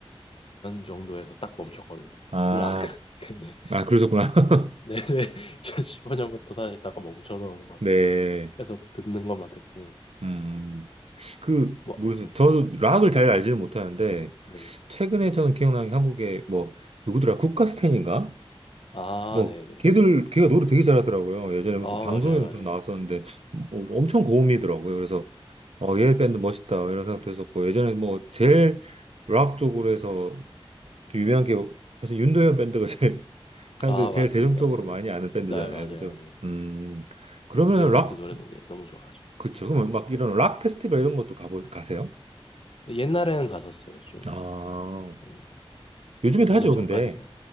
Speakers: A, on the left (about 60°); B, on the right (about 80°).
A: 정도에서 딱 멈췄거든요.
B: 아,
A: 락. <laughs> 근데
B: 아, 그러셨구나. <laughs>
A: 네네 2015년부터 사실 딱 멈춰서 막
B: 네.
A: 계속 듣는 것만 듣고
B: 음, 그,
A: 뭐
B: 모르겠어요.
A: 네.
B: 저는 락을 잘 알지는 못하는데,
A: 네네.
B: 최근에 저는 기억나는 게 한국에 뭐, 누구더라? 국가스텐인가?
A: 아
B: 뭐,
A: 네네.
B: 걔들, 걔가 노래 되게 잘하더라고요. 예전에 무슨
A: 아
B: 방송에도
A: 맞아요 맞아요.
B: 좀 나왔었는데, 뭐 엄청 고음이더라고요. 그래서, 어, 얘 밴드 멋있다. 뭐 이런 생각도 했었고, 예전에
A: 네.
B: 뭐, 제일 락 쪽으로 해서 좀 유명한 게, 사실 윤도현 밴드가 <laughs> 제일, 사람들이
A: 아
B: 제일
A: 맞습니다.
B: 대중적으로
A: 네네.
B: 많이
A: 네
B: 아는 밴드잖아요.
A: 네, 맞아요
B: 그죠?
A: 맞아요.
B: 음, 그러면
A: 윤도현
B: 락
A: 밴드 노래도 네, 너무 좋아하죠.
B: 그쵸. 그면막 이런 락 페스티벌 이런 것도 가보, 가세요?
A: 근데 옛날에는 갔었어요 좀.
B: 아,
A: 한
B: 요즘에도
A: 몇
B: 하죠,
A: 년 전까지가
B: 근데.